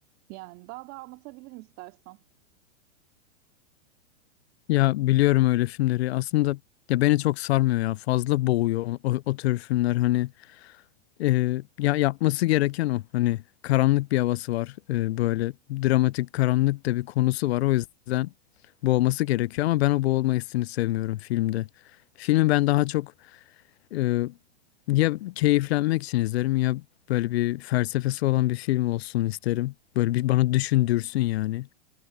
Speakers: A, on the right; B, on the left.
A: Yani daha da anlatabilirim istersen.
B: Ya biliyorum öyle filmleri. Aslında ya beni çok sarmıyor ya. Fazla boğuyor o, o, o tür filmler. Hani e, ya yapması gereken o. Hani karanlık bir havası var. E, böyle dramatik karanlık da bir konusu var. O yüzden boğması gerekiyor ama ben o boğulma hissini sevmiyorum filmde. Filmi ben daha çok Ee, ya keyiflenmek için izlerim ya böyle bir felsefesi olan bir film olsun isterim. Böyle bir bana düşündürsün yani.